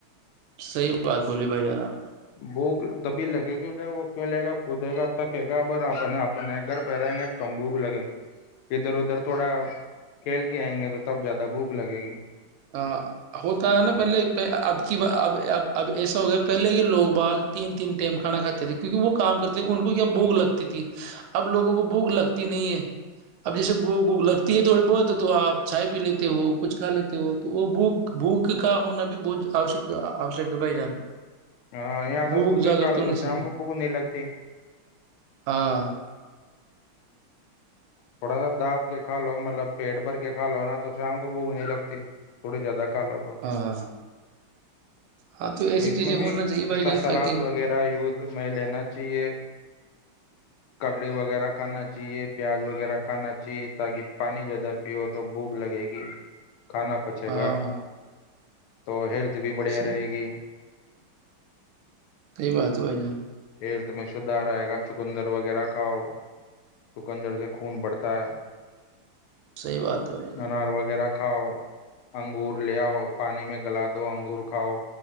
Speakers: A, on the right; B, on the left.
A: صحیح بات بولی بھائی جان آپ نے
B: بھوک تبھی لگے گی ج وہ کھیلے گا کودے گا تھکے گا ا اپنے اپنے گھر پہ رہیں گے کم بھوک لگے گی ادھر ادھر تھوڑا کھیل کے آئیں گے تو تب زیادہ بھوک لگے گی
A: ا ہوتا ہے نا پہلے اب کی اب اب ایسا ہو گیا پہلے کے لوگ باگ تین تین ٹائم کھانا کھاتے تھے کیونکہ وہ کام کرتے تھے ان کو کیا بوک لگتی تھی اب لوگوں کو بوک لگتی نہیں ہے اب جیسے بھوک لگتی ہے تھوڑی بہت تو آپ چھائے پی لیتے ہو کچھ کھا لیتے ہو بھوک بھوک کا ہونا بھی بہت اوشک ہے بھائی جان
B: ہاں یہ آ تھا
A: بھوک
B: صبح
A: جاگرتی
B: کل ہو
A: ہونی
B: تو
A: چاہیے
B: شم کو بک نہیں لگتی
A: ہاں
B: تھوڑا سا دااب کے کا لو مطلب پیٹ بھر کے کھا لو نا تو شام کو بوک نہیں لگتی تھوڑی زیادہ ک لو تو
A: ہاں ہاں
B: تو
A: ایسی
B: اس
A: چیزیں
B: میں بھیا
A: ہونا چاہیے بھائی جان
B: سلاد
A: تاکہ
B: وغیرہ یوز میں لینا چاہیے ککڑی وغیرہ کھانا چاہیے پیاز وغہ وغیرہ کھانا چاہیے تاکہ پانی زیادہ پیو تو بھوک لگے گی کھانا پچے
A: ہاں
B: گا تو ہیلت بھی بڑھیا
A: صحیح
B: رہے گی
A: سئی بات ہے بھ جان
B: ہیلتھ میں سدھار آئے گا چکندر وغیرہ کھاؤ چکندر سے خون بڑھتا ہے
A: صحیح بات ہے یار
B: انار وغیرہ کھاؤ انگور لے آؤ پانی میں گلا دو انگور کھاؤ